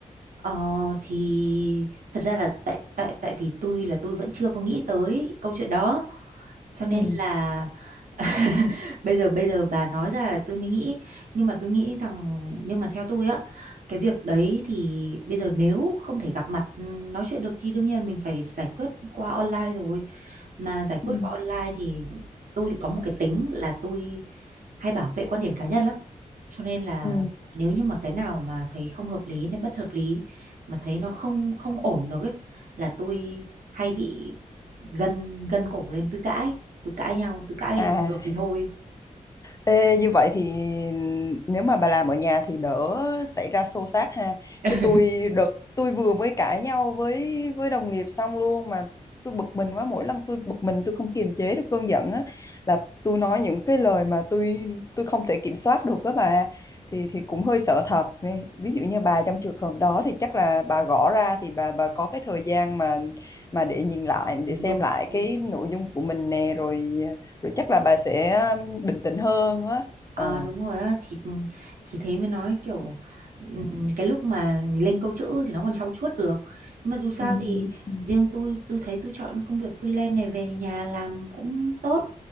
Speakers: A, on the right; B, on the left.
A: ờ, thì thật ra là tại tại tại vì tôi là tôi vẫn chưa có nghĩ tới câu chuyện đó cho nên
B: ừ.
A: là <laughs> bây giờ bây giờ bà nói ra là tôi mới nghĩ nhưng mà tôi nghĩ rằng nhưng mà theo tôi á cái việc đấy thì bây giờ nếu không thể gặp mặt ừ, nói chuyện được thì đương nhiên là mình phải giải quyết qua online rồi mà giải quyết
B: Ừ.
A: qua online thì tôi lại có một cái tính là tôi hay bảo vệ quan điểm cá nhân lắm cho nên là
B: Ừ.
A: nếu như mà cái nào mà thấy không hợp lý này bất hợp lý mà thấy nó không không ổn được ấy là tôi hay bị gân gân cổ lên tôi cãi tôi cãi nhau tôi cãi
B: à
A: bằng được thì thôi
B: Ê, như vậy thì nếu mà bà làm ở nhà thì đỡ xảy ra xô xát ha.
A: <laughs>
B: Chứ tôi đợt tôi vừa mới cãi nhau với với đồng nghiệp xong luôn mà tôi bực mình quá mỗi lần tôi bực mình tôi không kiềm chế được cơn giận á là tôi nói những cái lời mà tôi tôi không thể kiểm soát được đó bà thì thì cũng hơi sợ thật. Ví ví dụ như bà trong trường hợp đó thì chắc là bà gõ ra thì bà bà có cái thời gian mà mà để nhìn lại
A: đúng
B: để xem
A: đúng
B: lại
A: đúng đúng
B: cái nội dung của mình nè rồi rồi chắc là bà sẽ um, bình tĩnh hơn á
A: Ờ,
B: ờ
A: đúng rồi á thì thì thế mới nói kiểu ừm, cái lúc mà lên câu chữ thì nó còn trau chuốt được nhưng mà dù sao
B: Ừ.
A: thì
B: <laughs>
A: riêng tôi tôi thấy tôi chọn công việc freelance này về nhà làm cũng tốt